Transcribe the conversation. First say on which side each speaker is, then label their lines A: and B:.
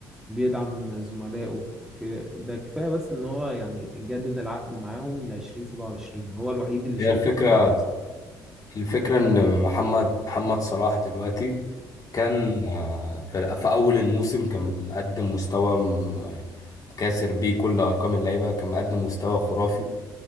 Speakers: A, in the centre; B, on the left (about 40°).
A: بيدعم زملائه ك- ده كفاية بس إن هو يعني جدد العقد معاهم لعشرين سبعة وعشرين هو الوحيد اللي
B: هي
A: شايل
B: الفكرة
A: الفرقة أصلا
B: الفكرة إن محمد محمد صلاح دلوقتي كان آه، في في أول الموسم كان مقدم مستوى م- كاسر بيه كل أرقام اللعيبة كان مقدم مستوى خرافي